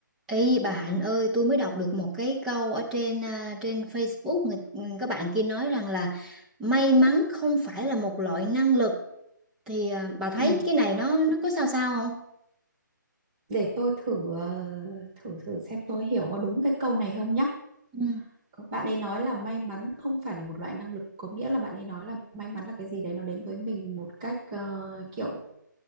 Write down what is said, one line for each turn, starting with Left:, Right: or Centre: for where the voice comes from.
Centre: Ý bà Hạnh ơi, tôi mới đọc được một cái câu ở trên à, trên Facebook người, ừ, các bạn kia nói rằng là may mắn không phải là một loại năng lực thì à, bà thấy
Right: Ừ,
Centre: cái này nó nó có sao sao không?
Right: để tôi thử ờ, thử thử xem tôi hiểu có đúng cái câu này không nhá.
Centre: Ừ,
Right: Có- Bạn ấy nói là may mắn không phải là một loại năng lực, có nghĩa là bạn ấy nói là may mắn là cái gì đấy nó đến với mình một cách ờ, kiểu